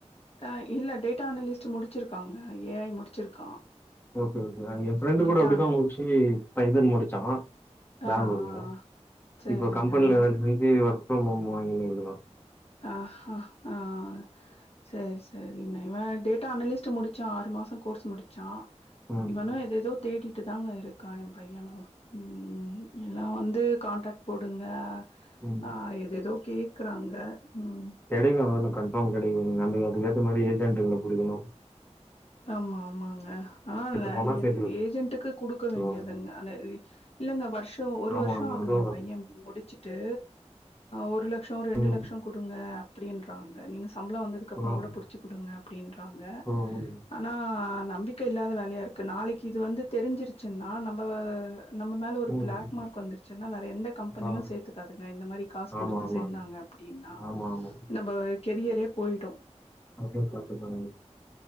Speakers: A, on the left; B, on the left.
A: ஆஹ் இல்ல டேட்டா அனலிஸ்ட் முடிச்சிருக்காங்க ஏ ஐ முடிச்சிருக்கான்
B: ஓகே ஓகே என் ஃப்ரெண்டு்
A: டேட்டா
B: கூட அப்படிதான்
A: அன
B: முடிச்சு பைதன் முடிச்சான் பெங்களூர்ல
A: ஆ ஆ ஆ சரிங்க.
B: இப்போ கம்பெனி
A: இவ்
B: லெவல் ஒர்க் அப்பு வாங்கினு இக்ரான்
A: ஆஹ் ஹ ஆஹ் சேரி சேரி இவன் டேட்டா அனலிஸ்ட் முடிச் சான் ஆறு மாசம் கோர்ஸ் முடிச்சான்
B: ம்
A: இவனோ எதுஎதோ தேடி விட்டு தாங்க இருக்கான் என் பையனும் உம் எல்லாம் வந்து கான்ட்ராக்ட் போடுங்க
B: ம்
A: ஆஹ் ஏதுஏதோ கேக் க்றாங்க ஹீம்
B: கெடைக்கும் கன்ஃபார்ம் கெடைக்குங்க அந்த அதுக்கேத்த மாதிரி ஏஜென்ட்ங்களை புடிகணும்
A: ஆமா ஆமாங்க ஆஹ் நறைய
B: போனா சேர்த்து
A: ஏஜென்ட்க்கு குடுக்க
B: விட்டுருவாங்க
A: வேண்டியதுங்க இல்லங்க வருஷம் ஒரு
B: ஆமா
A: வருஷம்
B: ஆமா
A: ஆகுது
B: அதுவும்
A: என் பையன் முடிச்சு ட்டு ஒரு லட் லட்சம் ரெண்டு
B: ம்
A: லட்சம் குடுங்க அப்பிடின்றாங்க நீங்க சம்பளம் வந்ததுக்கு அப்புமா
B: ம்
A: கூட புடிச்சு குடுங்க அப்படின்றாங்க
B: ம்
A: ஆனா நம்பிக்கை இல்லாத வேலையா இருக் நாளைக்கு இது வந்து தெரிஞ்சிருச்சுன்னா நம்ம நம்ம மேல ஒரு
B: ம்
A: பிளாக் மார்க் வந்துருச்சுன்னா வேற எந்த கம்பெனியும்
B: ஆ
A: சேத்துக்காதுங்க இந்த மாரி காசு குடுத்து
B: ஆமா ஆமா
A: சேந்தாங்க அப்படின்னா
B: ஆமா ஆமா
A: நம்ம கெரியரே போயிடும்
B: அதுவும் தாங்க